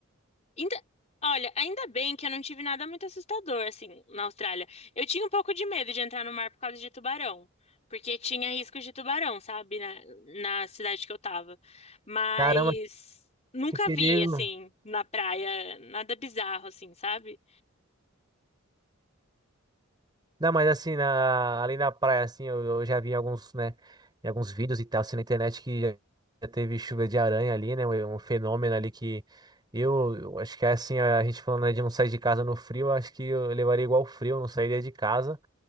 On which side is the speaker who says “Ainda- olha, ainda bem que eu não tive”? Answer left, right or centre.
Left